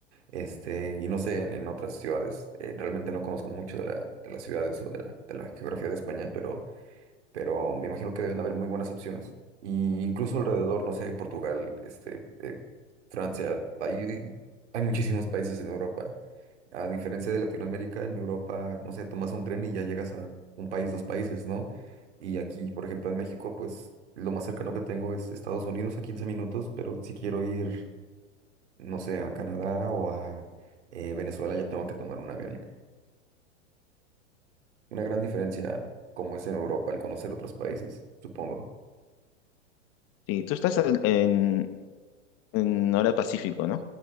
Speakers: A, on the right; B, on the left.
A: este, y no sé, en, en otras ciudades. Eh, realmente no conozco mucho de la, de las ciudades o de la, de la geografía de España, pero pero me imagino que deben haber muy buenas opciones. Y incluso alrededor, no sé, Portugal, este, eh, Francia, hay, hay muchísimos países en Europa. A diferencia de Latinoamérica, en Europa, no sé, tomas un tren y ya llegas a un país, dos países, ¿no? Y aquí, por ejemplo, en México, pues lo más cercano que tengo es Estados Unidos a 15 minutos, pero si quiero ir, no sé, a Canadá o a eh, Venezuela, ya tengo que tomar un avión. Una gran diferencia como es en Europa el conocer otros países, supongo.
B: Sí, tú estás al- en, en hora Pacífico, ¿no?